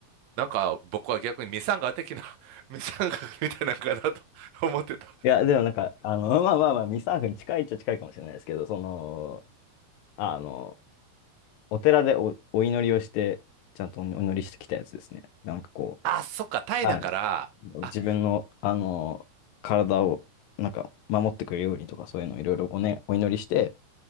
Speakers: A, on the right; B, on the left.
A: なんか僕は逆にミサンガ的な、<laughs> ミサンガみたいなのかなと <laughs> 思ってた。
B: いや、でもなんか、あの、まあまあまあ、ミサーフに近いっちゃ近いかもしれないですけど、その、あの、お寺でお、お祈りをして、ちゃんとお祈りしてきたやつですね。なんかこ
A: <laughs> あ、そっか、タイだから、
B: はい。う、
A: あ、
B: 自分の、あの、体を、なんか、守ってくれるようにとか、そういうのをいろいろおね、お祈りして、